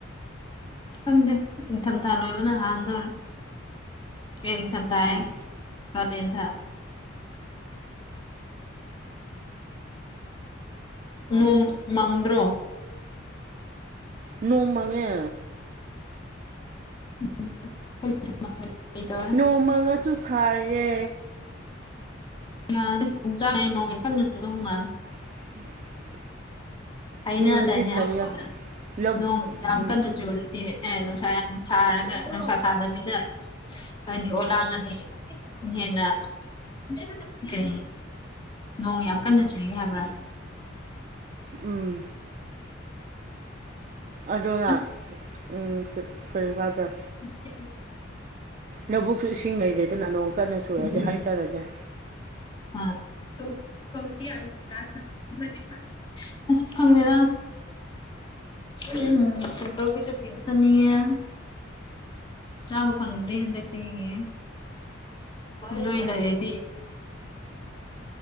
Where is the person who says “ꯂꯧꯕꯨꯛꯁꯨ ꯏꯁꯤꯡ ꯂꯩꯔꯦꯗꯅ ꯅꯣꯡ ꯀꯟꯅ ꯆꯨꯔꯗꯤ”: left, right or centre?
Right